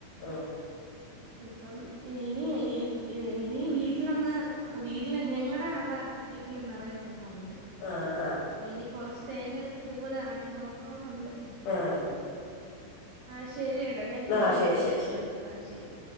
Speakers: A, on the left; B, on the right.
A: ആഹ്.
B: ഇപ്പം ഇനി ഇനി വീട്ടിലൊന്ന് വീട്ടില് ഞങ്ങളടെ അവിടെ വീട്ടില് നിറയെ തെങ്ങുണ്ട്.
A: ആഹ് ആഹ്
B: അപ്പൊ ഇനി കൊറച്ച് തേങ്ങ എടുത്ത് ഇതുപോലെ ആട്ടി നോക്കണന്നുണ്ട്. ഉ
A: ആഹ്
B: ആഹ് ശരിയടാ ഞാൻ പിന്നെ
A: ആഹ് ശരി
B: വിളിക്കാവെ
A: ശരി ശരി
B: ആഹ ശരി